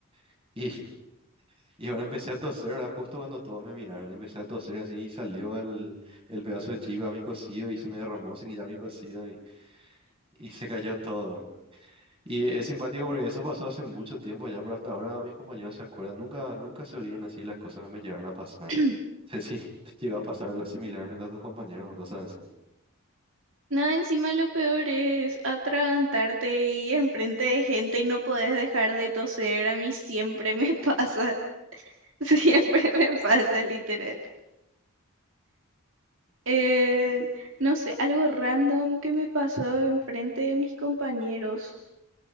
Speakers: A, on the right (about 25°); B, on the right (about 60°).
A: <laughs> y Y bueno, empecé a toser, ¿verdad? Justo cuando todos me miraron, empecé a toser así y salió el, el pedazo de chiva a mi cocido y se me derramó, se ya mi cocido y, y se cayó todo, ¿verdad? Y es simpático porque eso pasó hace mucho tiempo ya, pero hasta ahora mis compañeros se acuerdan, nunca, nunca se olvidan así las cosas que me llegaron a pasar.
B: <clears throat>
A: No sé si <laughs> te llegó a pasar algo similar frente a tus compañeros o cosas así.
B: No, encima lo peor es atragantarte y enfrente de gente y no podés dejar de toser. A mí siempre me pasa, <laughs> siempre me pasa, literal. Eh, no sé, algo random que me pasó enfrente de mis compañeros.